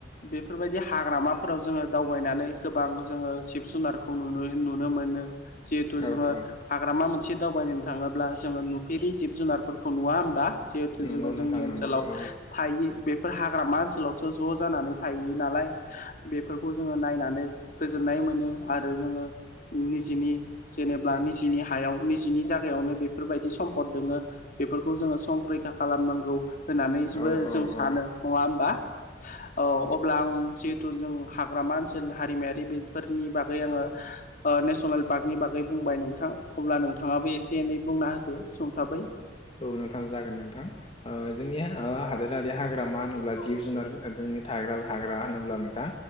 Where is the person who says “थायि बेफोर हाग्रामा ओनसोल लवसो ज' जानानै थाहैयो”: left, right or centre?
Left